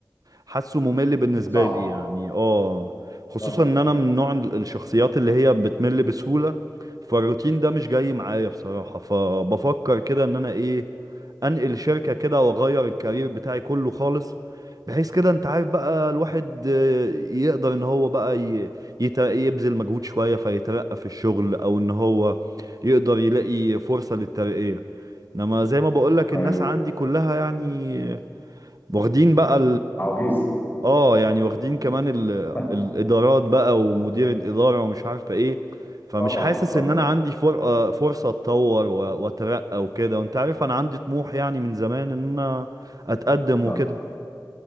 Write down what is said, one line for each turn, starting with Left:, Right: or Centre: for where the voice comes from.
Right: حاسه ممل بالنسبة
Left: صعب
Right: لي يعني اه خصوصا
Left: صعب
Right: ان انا من نوع ال- الشخصيات اللي هي بتمل بسهولة فالروتين ده مش جاي معايا بصراحة فبفكر كده ان انا ايه انقل شركة كده واغير الكارير بتاعي كله خالص بحيث كده انت عارف بقى الواحد آه، يقدر ان هو بقى ي- يت- يبذل مجهود شوية فيترقى في الشغل او ان هو يقدر يلاقي فرصة للترقية انما زي ما بقولك
Left: ايوه
Right: الناس عندي كلها يعني واخدين بقى
Left: عواجيز
Right: اه يعني واخدين كمان ال...
Left: <laughs>
Right: الادارات بقى ومدير الاداره ومش عارفه ايه فمش
Left: طبعا
Right: حاسس
Left: طبعا
Right: ان انا عندي فر... آه، فرصه اتطور و... واترقى وكده وانت عارف انا عندي طموح يعني من زمان ان انا اتقدم
Left: لا
Right: وكده